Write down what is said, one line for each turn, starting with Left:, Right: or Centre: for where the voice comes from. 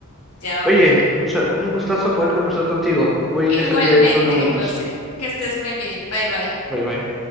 Left: Ya,
Centre: Oye,
Left: ok.
Centre: o sea, un gustazo poder conversar contigo. Voy
Left: Igualmente,
Centre: de salida en estos momentos.
Left: José. Que estés muy bien. Bye bye.
Centre: Bye bye.